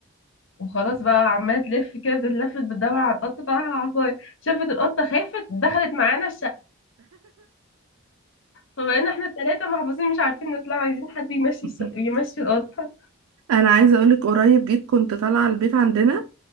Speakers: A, on the left; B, on the right.
A: وخلاص بقى عمالة تلف كده بتتلفت بتدور على القطة طالعة على العصاية شافت القطة خافت دخلت معانا فبقينا احنا التلاتة محبوسين مش عارفين نطلع عايزين حد يمشي
B: <laughs>
A: الس- يمشي القطة
B: انا عايزه اقولك قريب جيت كنت طالعه البيت عندنا